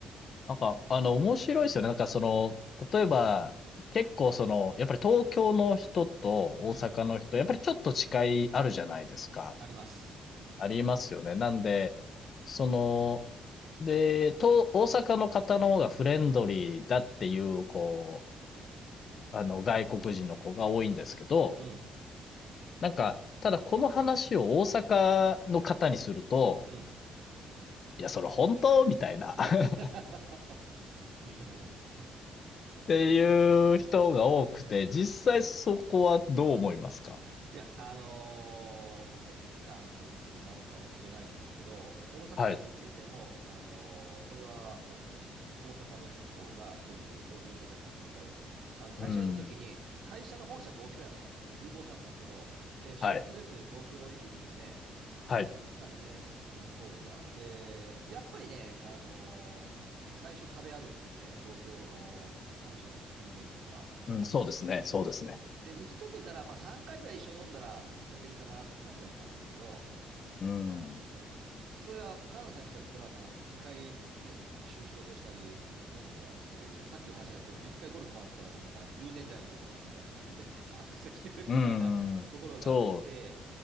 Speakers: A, on the left (about 50°); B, on the right (about 75°).
A: なんか、あの、面白いですよね。なんか、その、例えば、結構その、やっぱり東京の人と大阪の人、
B: うん、
A: やっぱりちょっと違いあるじゃないですか。
B: あります。
A: ありますよね。なんで、
B: うん
A: その、で、と、大阪の方の方がフレンドリーだっていう、こ
B: うん。
A: う、あの、外国人の子が多いんですけど、
B: うん。
A: なんか、ただこの話を大阪の方にすると、
B: うん。
A: いや、それ本当みたいな
B: <laughs>
A: <laughs> っ
B: 言いたくなりますね。
A: ていう人が多くて、実際そこはどう思いますか
B: <laughs> いや、あのーもう先入観なのかもしれないんですけど、大阪に住んでても、
A: はい。
B: あのーそれはもうおし大阪の人の方がフレンドリー、東京の人は若干冷たい。あの、会社員の時に、
A: うん。
B: 会社の本社東京やったんですね。神保町だったんですけど、で、出張でよく東京行くんですね。
A: はい。はい。
B: あの言ってたんですね、あの、当時は。で、やっぱりね、あの、最初壁あるんですね、東京の本社の人間っていうのは。
A: うん、そうですね。そうですね。
B: で、打ち解けたら、まあ3回ぐらい一緒に飲んだら打ち解けるかなって感じだったんですけど、
A: うん。
B: まあ、そ、それは関西の人だったらもう1回ね、一緒に仕事をしたり、飲んだら打ち解ける。さっきの話なんですけども、一回ゴルフ回ったらもうなんか10年来のお友達みたいな感じで <laughs> あの接してくれるみたいなところがあって、
A: うん。そう